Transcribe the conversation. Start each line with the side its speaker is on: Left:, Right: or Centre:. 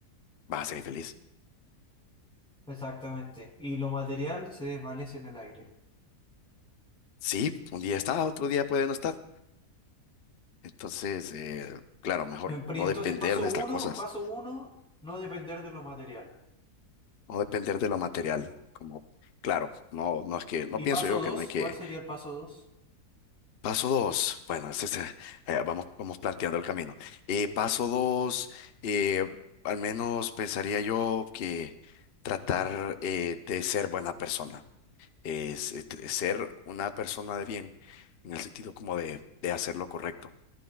Left: Vas a ser infeliz.
Centre: exactamente. Y lo material se desvanece en el aire.
Left: Sí, un día está, otro día puede no estar. Entonces, eh, claro, mejor
Centre: En pri-
Left: no
Centre: Entonces,
Left: depender
Centre: paso
Left: de
Centre: uno,
Left: estas cosas,
Centre: paso uno, no depender de lo material.
Left: no depender de lo material. Como, claro, no, no es que, no
Centre: ¿Y
Left: pienso
Centre: paso
Left: yo
Centre: dos?
Left: que no hay que.
Centre: ¿Cuál sería el paso dos?
Left: Paso dos, bueno, es ese eh, vamos, vamos planteando el camino. Eh, paso dos, eh, al menos pensaría yo que tratar eh, de ser buena persona es, eh, t- ser una persona de bien, en el sentido como de, de hacer lo correcto,